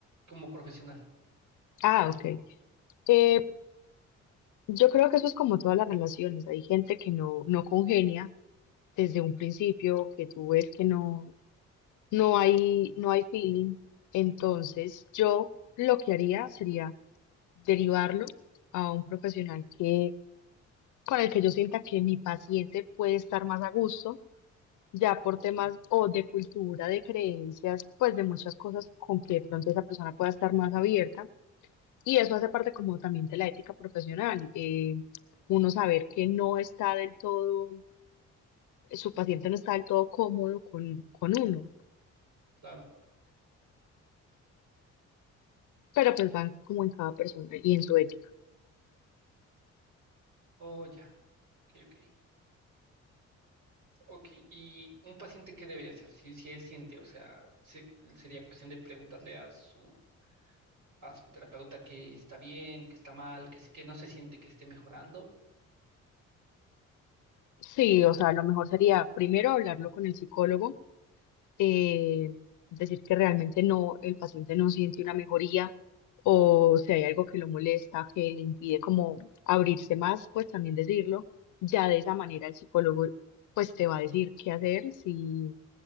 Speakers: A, on the right; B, on the left.
A: Como profesional,
B: Ah, ok. Eh, yo creo que eso es como todas las relaciones. Hay gente que no, no congenia desde un principio, que tú ves que no, no hay, no hay feeling. Entonces, yo lo que haría sería derivarlo a un profesional que, con el que yo sienta que mi paciente puede estar más a gusto ya por temas o de cultura, de creencias, pues de muchas cosas con que de pronto esa persona pueda estar más abierta. Y eso hace parte como también de la ética profesional, eh, uno saber que no está del todo, su paciente no está del todo cómodo con, con uno,
A: claro.
B: pero pues van como en cada persona y en su ética.
A: Oh, ya. Ok, ok. Ok, y un paciente, ¿qué debería hacer? Si, si él siente, o sea, se- sería cuestión de preguntarle a su, a su terapeuta que está bien, que está mal, que, sí- que no se siente que esté mejorando,
B: Sí, o sea, lo mejor sería primero hablarlo con el psicólogo eh, decir que realmente no, el paciente no siente una mejoría o si hay algo que lo molesta, que le impide como abrirse más, pues también decirlo. Ya de esa manera el psicólogo pues te va a decir qué hacer, si,